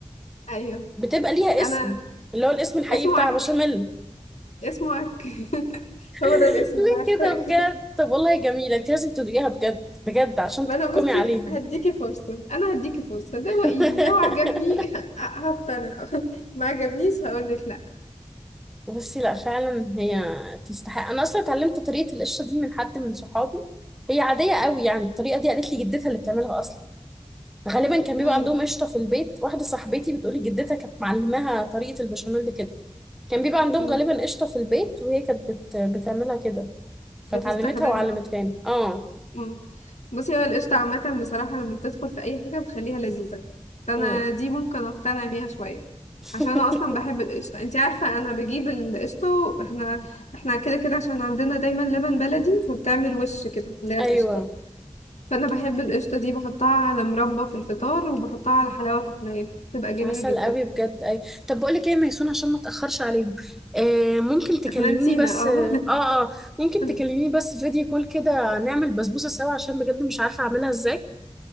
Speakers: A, on the left; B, in the centre.
A: ايوه
B: بتبقى ليها
A: انا
B: اسم اللي هو الاسم الحقيقي
A: اسمه
B: بتاع
A: عك
B: بشاميل
A: اسمه عك <laughs>
B: <laughs>
A: هو ده الاسم
B: ليه
A: انا عارفاه
B: كده بجد
A: <laughs>
B: طب والله جميلة انت لازم تدوقيها بجد بجد عشان
A: ما
B: تحكمي
A: انا بصي
B: عليهم
A: هديكي فرصه انا هديكي فرصه دوقيني
B: <laughs>
A: لو عجبني <laughs> هقتنع ما عجبنيش هقولك لا
B: بصي لا فعلا هي تستحق انا اصلا اتعلمت طريقه القشره دي من حد من صحابي هي عاديه قوي يعني الطريقه دي قالت لي جدتها اللي بتعملها اصلا غالبا كان بيبقى
A: ميم
B: عندهم قشطه في البيت واحده صاحبتي بتقولي جدتها كانت معلماها طريقه البشاميل دي كده كان بيبقى عندهم
A: مم.
B: غالبا قشطه في البيت وهي كانت بت... بتعملها كده فتعلمتها
A: بتستخدمها
B: وعلمتها لي اه
A: مم. بصي هو القشطة عامة بصراحة لما بتدخل في أي حاجة بتخليها لذيذة فأنا
B: أمم.
A: دي ممكن أقتنع بيها شوية
B: <laughs>
A: عشان أنا أصلا بحب القشطة انتي عارفة أنا بجيب القشطة واحنا احنا كده كده عشان عندنا دايما لبن بلدي فبتعمل وش كده اللي هي
B: ايوه
A: القشطة فأنا بحب القشطة دي بحطها على مربى في الفطار وبحطها على حلاوة طحينية بتبقى جميلة
B: عسل
A: جدا
B: قوي بجد اي طب بقول لك ايه يا ميسون عشان ما اتاخرش عليهم آه ممكن تكلميني
A: احنا نسينا
B: بس اه
A: اه
B: اه ممكن
A: <laughs>
B: تكلميني بس فيديو كول كده نعمل بسبوسه سوا عشان بجد مش عارفه اعملها ازاي